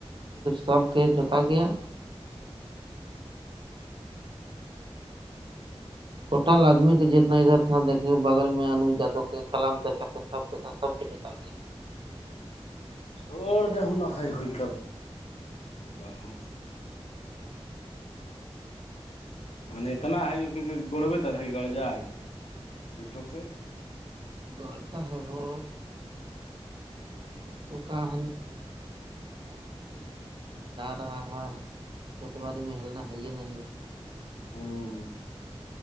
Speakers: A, on the right; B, on the left.
A: سب کے جوتا گیا ٹوٹل آدمی کے جتنا ادھر تھا دیکے بغل میں انو جادو کے کلام چچا کے سب کا تھا سب جتؤ گ ہے
B: چھڑ د ہ نہائی ہوتا ھمم مان اتنا ہے ان کے گڑبےت رہی گرجا جھوٹوں کے
A: گڑتا ہے وہ <inaudible> جا رہا ہے کھیتی باڑی میں ہلنا ہے یہ نہیں ہے
B: ہاں